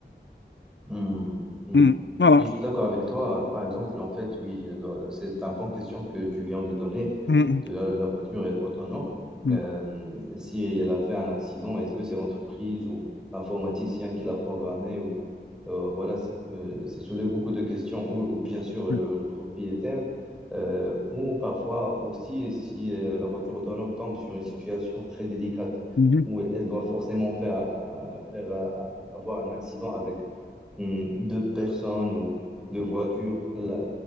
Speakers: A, in the centre; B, on the left.
A: Hmm, hmm.
B: Mm. Voilà.
A: Oui, je suis d'accord avec toi. Par exemple, en fait, oui, euh, c'est un bon question que tu viens de donner
B: Mm,
A: de la, la voiture est autonome.
B: mm,
A: Euh, si elle a fait un accident, est-ce que c'est l'entreprise ou l'informaticien qui l'a programmé ou euh, voilà, c'est, euh, ça soulève beaucoup de questions ou, ou bien sûr le,
B: mm,
A: le propriétaire euh, ou parfois aussi si euh, la voiture autonome tombe sur une situation très délicate
B: mm, mm.
A: où elle doit forcément faire, euh, faire euh, avoir un accident avec hmm, de personnes ou de voitures, la-